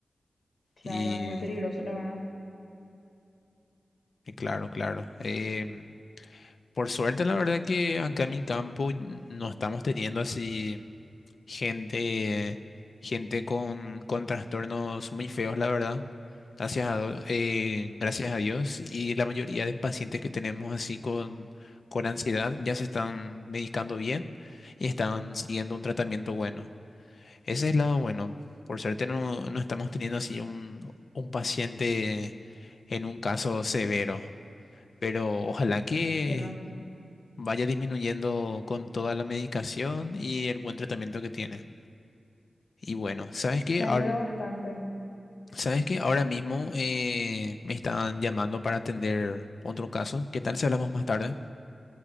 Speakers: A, on the left; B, on the left.
A: claro,
B: Y,
A: es muy peligroso, la verdad.
B: y claro, claro. Em,
A: Y
B: Por suerte, la verdad que acá en mi campo n- no estamos teniendo así gente, gente con, con trastornos muy feos, la verdad. Gracias a, do- eh, gracias a Dios. Y la mayoría de pacientes que tenemos así con, con ansiedad ya se están medicando bien y están siguiendo un tratamiento bueno. Ese es el lado bueno. Por suerte no, no estamos teniendo así un, un paciente en un caso severo. Pero ojalá que
A: entiendo.
B: vaya disminuyendo con toda la medicación y el buen tratamiento que tiene. Y bueno, ¿sabes qué?
A: Me
B: Ahora,
A: alegro bastante.
B: ¿sabes qué? Ahora mismo eh, me están llamando para atender otro caso. ¿Qué tal si hablamos más tarde?